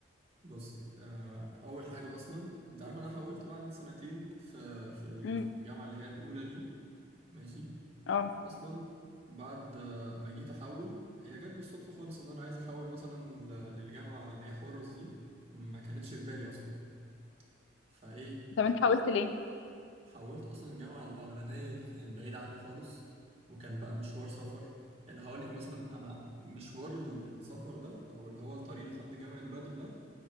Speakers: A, on the right; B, on the left.
A: بصي آه، اول حاجه اصلا انت عارف إن انا حولت بعد سنتين في في
B: امم
A: الجامعه اللي هي الاولى دي ماشي
B: اه
A: اصلا بعد آه، ما جيت احول هي جت بالصدفه خالص ان انا عايز احول مثلا ل- للجامعه اللي هي حورس دي ما كانتش في بالي اصلا فايه
B: طب انت حاولت ليه
A: حولت اصلا الجامعه الاولانيه دي كانت بعيده عني خالص وكان بقى مشوار سفر يعني هقول لك مثلا انا مشوار ال- السفر ده او اللي هو الطريق لحد جامعه بدر ده